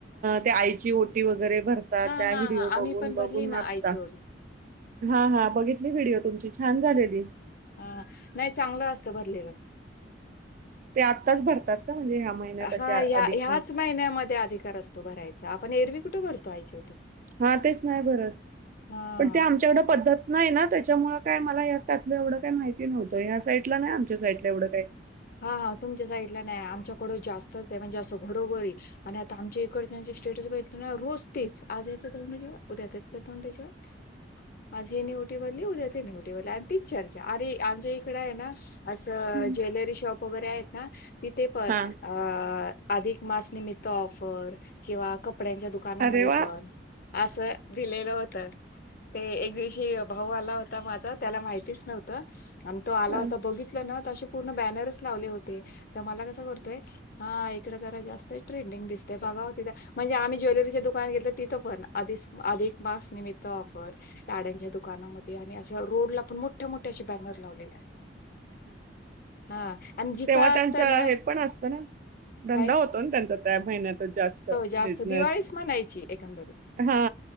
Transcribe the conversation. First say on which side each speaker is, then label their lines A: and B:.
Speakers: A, on the right; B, on the left.
A: त्या आईची ओटी वगैरे, भरतात.
B: हां,
A: त्या
B: हां,
A: व्हिडीओ
B: हां.
A: बघून-
B: आम्ही पण
A: बघुन
B: भरली ना
A: आता.
B: आईची ओटी.
A: हा - हा बघितले व्हिडीओ भ तुमची छान झालेली.
B: हा नाही चांगलं असतं भरलेलं.
A: ते आत्ताच भरतात का म्हणजे ह्या महिन्यात अशा
B: हा ह्या
A: अधिक
B: ह्याच महिन्यामध्ये अधिकार असतो भरायचा. आपण एरवी कुठे भर आईची ओटी.
A: हा तेच नाही भरत.
B: हां.
A: पण ते आमच्याकड पद्धत नाही ना त्याच्यामुळं काय मला या त्यातलं एवढं काय माहिती नव्हतं. या साईटला नाही आमच्या साईटला एवढं काय.
B: हा हा तुमच्या साइडला नाही. आमच्याकड जास्तचय म्हणजे असं घरोघरी आणि आता आमच्या इकडच्याचे स्टेटस बघितले न, रोज तेच, आज याचं धोंड जेवण, उद्या त्याचं धोंड जेवण. आज हेनी ओटी भरली उद्या त तेनि ओटी भरली आणि तीच चर्चा, अरे आमच्या इकड आहे ना, असं
A: अ,
B: ज्वेलरी शॉ प वगैरे आहेत ना, तिथे पण
A: हा
B: अ अधिक मास निमित्त ऑफर किंवा कप ड्यांच्या दुकानामध्ये
A: अरे वा
B: पण असं दिलेलं होतं. ते एक दिवशी भाऊ आला होता माझा, त्याला माहितीच नव्हतं आणि तो आला
A: हा.
B: होता बघितलं ना तशी पूर्ण बॅनर्स लावले होते. तर मला कसं करतोय. हा आई तिकड जरा जास्त ट्रेंडिंग दिसते बघाव तिथे म्हणजे आम्ही ज्वेलरीच्या दुकानात घेतलं तिथं पण आधी आधिक मास निमित्त ऑफर साड्यांच्या दुकानामध्ये आणि अशा रोड ला पण मोठ्या मोठे असे बॅनर लावलेले असतात. हा जिथं
A: तेव्हा त्यांच
B: असतं ना
A: हे पण असतं ना धंदा
B: काय
A: होतो ना त्यांचा त्या महिन्यात जास्त
B: जास्त
A: बिजनेस
B: दिवाळीच म्हणायची एकंदरीत
A: हा